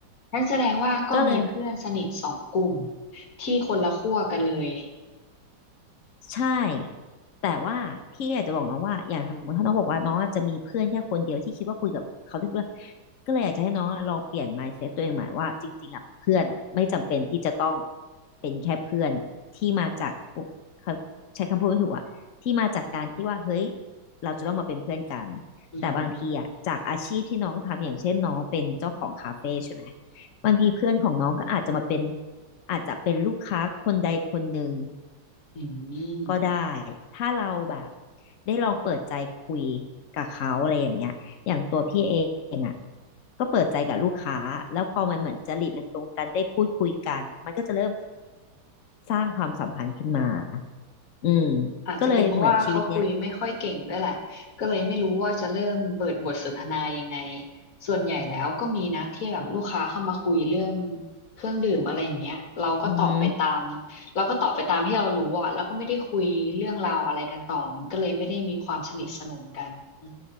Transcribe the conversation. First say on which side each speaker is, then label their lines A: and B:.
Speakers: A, on the left (about 50°); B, on the left (about 70°).
A: นั่นแสดงว่าก็มีเพื่อนสนิทสองกลุ่ม
B: ก็เลย
A: ที่คนละขั้วกันเลย
B: ใช่ แต่ว่าพี่อยากจะบอกน้องว่าอย่างสมมติถ้าน้องบอกว่าน้องจะมีเพื่อนแค่คนเดียวที่คิดว่าคุยกับเขาได้ทุกเรื่องก็เลยอยากจะให้น้องอะลองเปลี่ยน mindset ตัวเองใหม่ว่าจริงๆอ่ะเพื่อนอ่ะไม่จำเป็นที่จะต้องเป็นแค่เพื่อนที่มาจากเขาใช้คำพูดไม่ถูกอ่ะที่มาจากการที่ว่าเฮ้ยเราจะต้องมาเป็นเพื่อนกัน
A: อืม
B: แต่บางทีอ่ะจากอาชีพที่น้องทำอย่างเช่นน้องเป็นเจ้าของคาเฟ่ใช่ไหมบางทีเพื่อนของน้องก็อาจจะมาเป็นอาจจะเป็นลูกค้าคนใดคนหนึ่ง
A: อืม
B: ก็ได้ ถ้าเราแบบได้ลองเปิดใจคุยกับเขาอะไรอย่างเงี้ยอย่างตัวพี่เองอ่ะก็เปิดใจกับลูกค้าแล้วพอมันเหมือนจริตมันตรงกันได้พูดคุยกันมันก็จะเริ่มสร้างความสัมพันธ์ขึ้นมาอืม
A: อาจจะเป็นเพราะว่าเขาคุยไม่ค่อยเก่งด้วยแหละก็เลยไม่รู้ว่าจะเริ่มเปิดบทสนทนายังไง
B: ก็เลยเหมือนชีวิตเนี้ย
A: ส่วนใหญ่แล้วก็มีนะที่แบบลูกค้าเข้ามาคุยเรื่องเครื่องดื่มอะไรอย่างเงี้ยเราก็ตอบไปตาม
B: อือหือ
A: เราก็ตอบไปตามที่เรารู้อ่ะแล้วก็ไม่ได้คุยเรื่องราวอะไรกันต่อมันก็เลยไม่ได้มีความสนิทสนมกันอืม